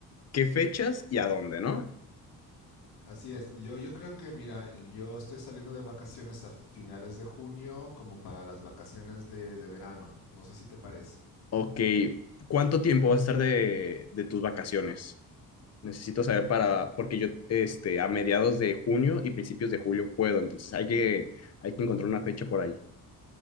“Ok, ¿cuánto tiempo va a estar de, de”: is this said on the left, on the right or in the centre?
Left